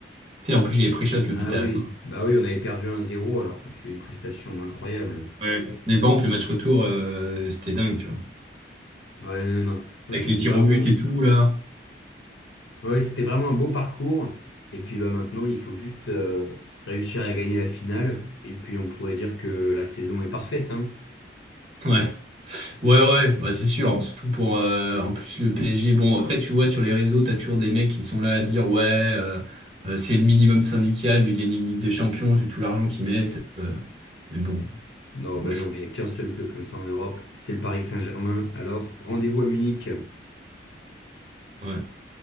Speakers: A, on the right; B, on the left.
A: Tu sais, en plus, j'avais pris shot le
B: Ah
A: but à
B: oui,
A: la fin.
B: bah oui, on avait perdu 1-0 alors qu'on fait une prestation incroyable.
A: Ouais. Mais par contre, le match retour, euh, c'était dingue, tu vois.
B: Ouais, non, non, non,
A: Avec
B: c'était
A: les tirs
B: vraiment,
A: au but et tout, là.
B: ouais, c'était vraiment un beau parcours. Et puis bah maintenant, il faut juste euh, réussir à gagner la finale. Et puis on pourrait dire que la saison est parfaite, hein.
A: <laughs> Ouais, ouais, ouais, bah, c'est sûr. Surtout pour, euh, en plus, le PSG. Bon, après, tu vois, sur les réseaux, t'as toujours des mecs qui sont là à dire, ouais, euh, euh, c'est le minimum syndical de gagner une Ligue des Champions, vu tout l'argent qu'ils mettent. Euh, mais bon,
B: Non, bah
A: moi, je
B: non,
A: trouve.
B: il n'y a qu'un seul club comme ça en Europe, c'est le Paris Saint-Germain. Alors rendez-vous à Munich.
A: ouais.